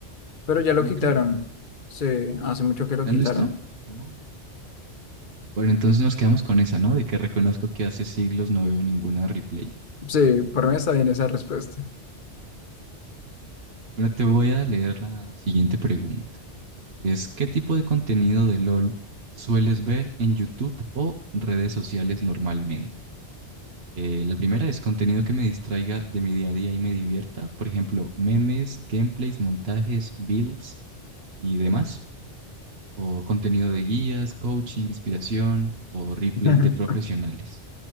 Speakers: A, on the left (about 45°); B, on the right (about 60°).
A: pero ya
B: Kill
A: lo quitaron.
B: cam.
A: Sí, hace mucho que lo
B: ¿Ya
A: quitaron.
B: no está? Oh. Bueno, entonces nos quedamos con esa, ¿no? De que reconozco que hace siglos no veo ninguna replay.
A: Sí, por mí está bien esa respuesta.
B: Bueno, te voy a leer la siguiente pregunta. Es, ¿qué tipo de contenido de LOL sueles ver en YouTube o redes sociales normalmente? Eh, la primera es contenido que me distraiga de mi día a día y me divierta, por ejemplo, memes, gameplays, montajes, builds y demás, o contenido de guías, coaching, inspiración o replays
A: <laughs>
B: de profesionales.